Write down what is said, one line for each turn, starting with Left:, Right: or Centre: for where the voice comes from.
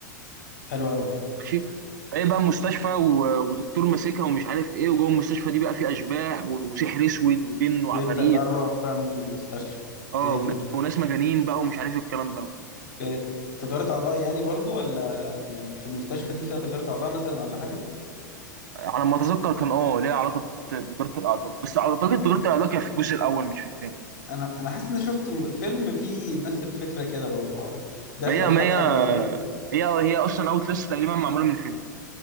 Left: حلو قوي
Right: ماشي فايه بقى مستشفى و- ودكتور ماسكها ومش عارف ايه وجوه المستشفى دي بقى في اشباح و- وسحر اسود وجن وعفاريت
Left: ويبدأ بقى الرعب بقى من المستشفى
Right: اه
Left: جامد
Right: وناس وناس مجانين بقى ومش عارف الكلام ده
Left: اوكي تجارة أعضاء يعني برضو ولا ال- في المستشفى دي فيها تجارة أعضاء مثلا ولا حاجة؟
Right: على ما اتذكر كان اه ليها علاقة بت- بتجارة الاعضاء بس اعتقد تجارة
Left: يب.
Right: الاعضاء كانت في الجزء الاول مش في التاني
Left: أنا أنا حاسس إني شفت م- فيلم فيه نفس الفكرة كده برضو هو بيحصل
Right: ما هي ما
Left: حادثة
Right: هي
Left: على الطريق
Right: هي هي اصلا اوت لسه تقريبا معمولة من فيلم